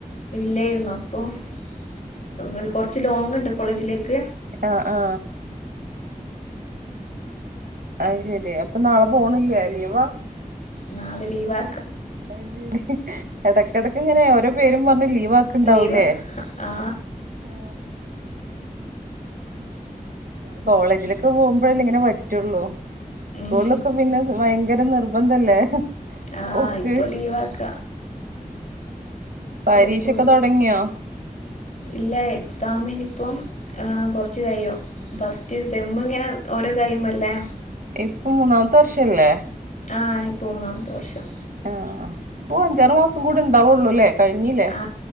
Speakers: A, on the left; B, on the right.
A: ഇല്ലായിരുന്നു അപ്പോകുറച്ച് ലോങ് ഉണ്ട് കോളേജിലേക്ക്.
B: ആ ആ അയ്ശെരി അപ്പൊ നാളെ പോണില്ലെ ലീവാ.
A: നാളെ ലീവാ
B: അയ്ശരി ഇടക്കടക്ക് ഇങ്ങനെ ഓരോ പേരും പറഞ്ഞു ലീവ് ആക്ക്ണ്ടാവൂലേ?
A: ലീവാ ആ
B: ആ ഉം കോളേജിലൊക്കെ പോകുമ്പോഴേല്ല ഇങ്ങനെ പറ്റുള്ളൂ?
A: ഉം
B: സ്കൂളിലൊക്കെ പിന്നെ ഭയങ്കര നിർബന്ധല്ലേ.
A: ആഹ്
B: പോക്ക്
A: ഇപ്പൊ ലീവാ ആക്ക.
B: പരീക്ഷൊക്കെ
A: കൊഴപ്പൊന്നുമില്ല
B: തൊടങ്ങിയോ
A: ഇല്ല എക്സാമ് ഇനി. ഇപ്പം കൊറച്ച്കയും ഫസ്റ്റ് സെമ്മ് ഇങ്ങനെ ഓരോ കയുമ്പല്ലേ?
B: ഇപ്പം മൂന്നാമത്തെ വർഷല്ലേ
A: ആ ഇപോ മൂന്നാമത്തെ വർഷം
B: ആഹ് അപ്പൊ അഞ്ചാറ് മാസം കൂടി ഉണ്ടാവുള്ളൂ അല്ലേ കഴിഞ്ഞില്ലേ
A: ആ